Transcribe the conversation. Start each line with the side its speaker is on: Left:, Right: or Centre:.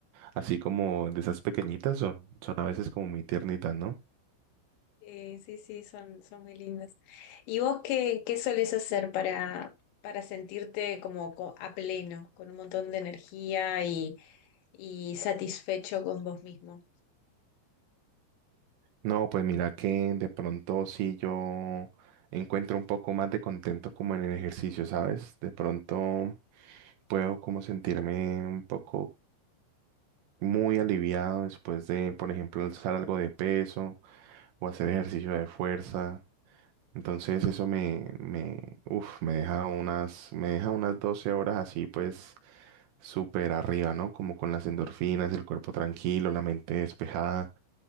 Right: así
Left: Mm.
Right: como de esas pequeñitas son, son a veces como muy tiernitas, ¿no?
Left: Eh, sí, sí, son, son muy lindas. ¿Y vos qué, qué solés hacer para, para sentirte como co- a pleno, con un montón de energía y, y satisfecho con vos mismo?
Right: No, pues mira que de pronto sí yo encuentro un poco más de contento como en el ejercicio, ¿sabes? De pronto puedo como sentirme un poco muy aliviado después de, por ejemplo, alzar algo de peso o hacer ejercicio de fuerza. Entonces eso me, me, uf, me deja unas, me deja unas 12 horas así, pues súper arriba, ¿no? Como con las endorfinas, el cuerpo tranquilo, la mente despejada.